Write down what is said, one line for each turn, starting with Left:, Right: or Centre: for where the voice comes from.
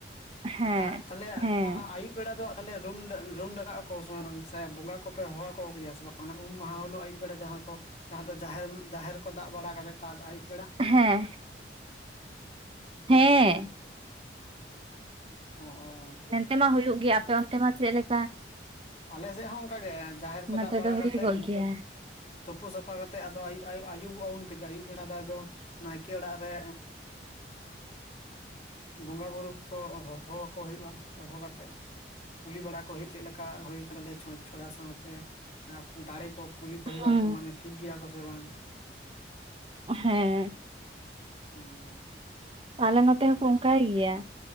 Right: ᱦᱮᱸ
Left: ᱟᱨ ᱛᱷᱟ ᱛᱷᱟᱞᱮ ᱟᱸᱻ
Right: ᱦᱮᱸ
Left: ᱟᱹᱭᱩᱵ᱾ ᱟᱹᱭᱩᱵ ᱵᱮᱲᱟ ᱫᱚ ᱛᱟᱞᱦᱮ ᱨᱩᱢ, ᱨᱩᱢ ᱰᱟᱠᱟᱜ ᱟᱠᱚ ᱥᱮ ᱵᱟᱝ? ᱥᱮ ᱵᱚᱸᱜᱟ ᱠᱚ ᱯᱮ ᱦᱚᱦᱚᱣᱟ ᱠᱚ ᱜᱮᱭᱟ ᱥᱮ ᱵᱟᱝ? ᱢᱟᱱᱮ ᱩᱢ ᱢᱟᱦᱟ ᱦᱤᱞᱳᱜ ᱟᱹᱭᱩᱵ ᱵᱮᱲᱟ ᱡᱟᱦᱟ ᱠᱚ ᱡᱟᱦᱟ ᱫᱚ ᱡᱟᱦᱮᱨ, ᱡᱟᱦᱮᱨ ᱠᱚ ᱫᱟᱵ ᱵᱟᱲᱟ ᱠᱟᱛᱮᱫ ᱛᱟᱨ ᱟᱹᱭᱩᱵ ᱵᱮᱲᱟ᱾
Right: ᱦᱮᱸ᱾
Left: ᱚ᱾
Right: ᱦᱮᱸ
Left: ᱚ, ᱚ᱾
Right: ᱱᱚᱛᱮ ᱢᱟ ᱦᱩᱭᱩᱜ ᱜᱮ ᱟᱯᱮ ᱚᱱᱛᱮ ᱢᱟ ᱪᱮᱫ ᱞᱮᱠᱟ?
Left: ᱟᱞᱮ ᱥᱮᱫ ᱦᱚᱸ ᱚᱱᱠᱟ ᱜᱮ ᱡᱟᱦᱮᱨ ᱠᱚ
Right: ᱱᱚᱛᱮ
Left: ᱫᱟᱜ ᱵᱟᱲᱟ
Right: ᱫᱚ ᱦᱩᱭᱩᱜᱚᱜ
Left: ᱠᱟᱛᱮᱫ ᱦᱤᱛᱳᱜ
Right: ᱜᱮᱭᱟ
Left: ᱛᱩᱯᱩ ᱥᱟᱯᱷᱟ ᱠᱟᱛᱮᱜ ᱟᱫᱚ ᱟᱹᱭᱩᱵ, ᱟᱹᱭᱩᱵ ᱵᱚᱜᱼᱟ ᱩᱱ ᱛᱮᱜᱮ ᱟᱹᱭᱩᱵ ᱵᱮᱲᱟ ᱫᱚ ᱟᱫᱚ ᱱᱟᱭᱠᱮ ᱚᱲᱟᱜ ᱨᱮ᱾ ᱵᱚᱸᱜᱟ ᱵᱩᱨᱩ ᱠᱚ ᱦᱚᱦᱚ ᱟᱠᱚ ᱦᱳᱭᱳᱜᱼᱟ ᱦᱚᱦᱚ ᱠᱟᱛᱮ ᱠᱩᱞᱤ ᱵᱟᱲᱟ ᱠᱚ ᱦᱳᱭᱳᱜ ᱪᱮᱫ ᱞᱮᱠᱟ ᱦᱳᱭ ᱠᱟᱱ ᱛᱟᱞᱮᱭᱟ ᱪᱷᱚᱸᱪ ᱪᱷᱚᱲᱟ ᱥᱟᱶᱛᱮ ᱟᱯ ᱫᱟᱲᱮ ᱠᱚ ᱠᱩᱞᱤ ᱠᱚ ᱦᱳᱭᱳᱜ-ᱟ
Right: ᱦᱮᱸ
Left: ᱟᱠᱚ ᱢᱟᱱᱮ ᱴᱷᱤᱠ ᱜᱮᱭᱟ ᱠᱚ ᱥᱮ ᱵᱟᱝ?
Right: ᱦᱮᱸ᱾
Left: ᱦᱚᱸ᱾
Right: ᱟᱞᱮ ᱱᱚᱛᱮ ᱦᱚᱸᱠᱚ ᱚᱱᱠᱟᱭ ᱜᱮᱭᱟ᱾